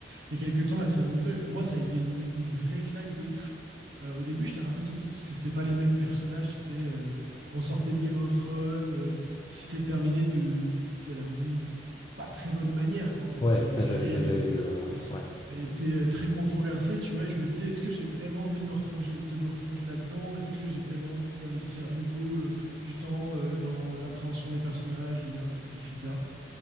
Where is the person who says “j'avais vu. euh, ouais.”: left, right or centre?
Left